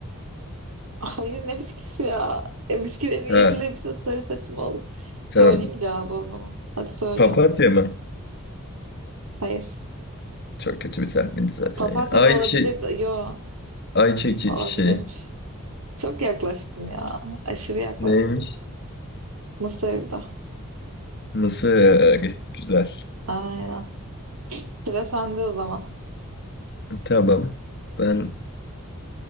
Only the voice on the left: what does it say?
Ha,
tamam.
Papatya mı?
Çok kötü bir tahmindi zaten
ya. Ayçi,
ayçiçeği.
Neymiş?
Mısır. Güzel.
Tamam. Ben